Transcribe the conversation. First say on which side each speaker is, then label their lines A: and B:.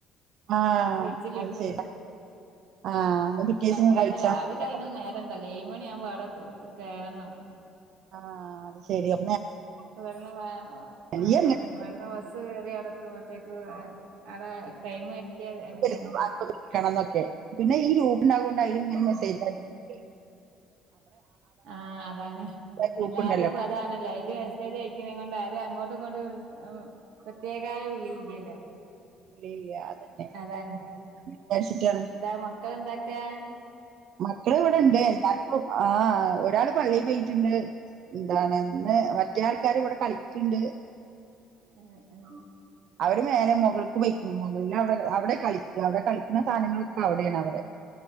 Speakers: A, on the right (about 50°); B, on the right (about 80°).
A: ആ
B: ഫ്രിഡ്ജില്
A: അത്
B: എടുത്ത്
A: ശരി
B: വെക്കും
A: ആ എന്നാ പിറ്റേ ദിവസം
B: അല്ലാണ്ട്
A: കഴിച്ചാ
B: രാവിലെ
A: മതി
B: അയിനൊന്നും നേരെണ്ടല്ലേ മണി ആവുമ്പോ അവടെ ക് കേരണം
A: ആഹ് അത് ശരിയാ
B: ഇവട്ന്ന് വ ആഹ്
A: നീ എങ്ങനെ
B: വരുന്ന ബസ്സ് കേറി അവടെത്തുമ്പോത്തേക്ക് അവിടെ ടൈം തെറ്റിയ എടങ്ങേ
A: <unintelligible> ണംന്നൊക്കെ പിന്നെ ഈ ഗ്രൂപ്പ് ഉണ്ടാവോണ്ട് അയ്ല്ങ്ങനെ മെസേജ്
B: ആഹ്
A: അയ <unintelligible>
B: ആഹ് അതാണ്
A: ഗ്രൂപ്പ്
B: എല്ലാരും
A: ഉണ്ടല്ലോ
B: ഇപ്പൊ അതാണല്ലോ അയ്ല് മെസ്സേജ് അയ് ക്ക്ണേങ്ങൊണ്ട് ആരും അങ്ങോട്ടും ഇങ്ങോട്ടും പ്രത്യേകായ വിളിയില്ലല്ലോ
A: ഇല്ല അതന്നെ
B: അതാണ്
A: വിചാരിച്ചിട്ടാണ്
B: എന്താ മക്കളെന്താ ക്കാ
A: മക്കള് ഇവിടെ ഇണ്ട് എല്ലാർക്കും ആഹ് ഒരാള് പള്ളിയിൽ പോയിട്ട്ണ്ട് എന്താണ് ഇന്ന്
B: ആഹ്
A: മറ്റേ ആൾക്കാര് ഇവിടെ കളിക്ക്ണ്ട്
B: ഏ ഏ
A: അവര് മേലെ മുകൾക്ക് പൊയ്ക്ക്ണ് മുകളിൽ അവിടെ അവിടെ കളിക്ക അവിടെ കളിക്ക്ണ സാധനങ്ങളൊക്കെ അവടേണ് അവരെ